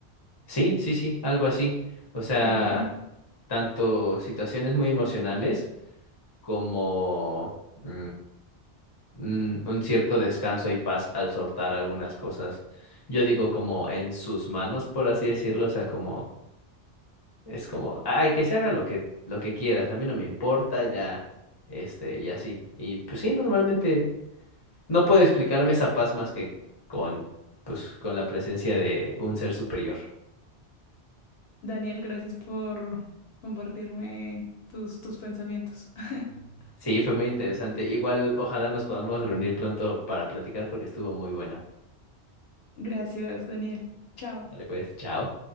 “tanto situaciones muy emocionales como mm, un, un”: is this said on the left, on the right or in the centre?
Left